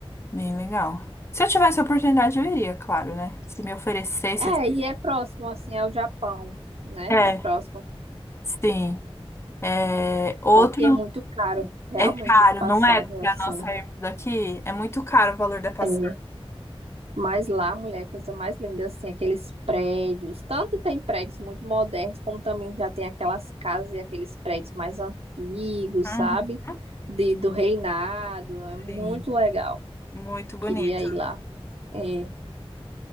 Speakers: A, on the left (about 25°); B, on the right (about 80°).
A: Bem legal. Se eu tivesse a oportunidade, eu iria, claro, né? Se me oferecesse.
B: É,
A: assim.
B: e é próximo, assim, ao Japão, né?
A: É,
B: É próximo.
A: sim. É, outro
B: Só que é muito caro, realmente,
A: é caro,
B: as passagens,
A: não é?
B: assim.
A: Pra nós sairmos daqui, é muito caro o valor da passagem.
B: É. Mas lá, mulher, coisa mais linda, assim, aqueles prédios. Tanto tem prédios muito modernos, como também já tem aquelas casas e aqueles prédios mais antigos,
A: Uhum,
B: sabe? De, do reinado. É muito
A: sim.
B: legal.
A: Muito bonito.
B: Queria ir lá. É.